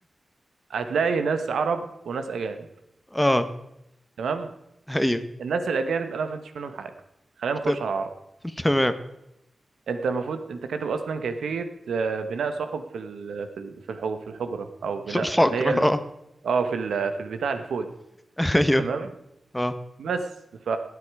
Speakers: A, on the right (about 85°); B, on the left (about 15°).
A: هتلاقي ناس عرب وناس اجانب
B: اه
A: تمام
B: ايوه
A: الناس الاجانب انا ما فهمتش منهم حاجه خلينا نخش
B: ت-
A: على العرب
B: تمام
A: انت المفروض انت كاتب اصلا كيفيه آه، بناء صحب في ال... في ال- في الحو- في الحجره او بناء
B: <laughs> الفقر
A: اللي هي
B: اه
A: اه في ال- في البتاع اللي فوق دي
B: ايوه
A: تمام
B: اه
A: بس ف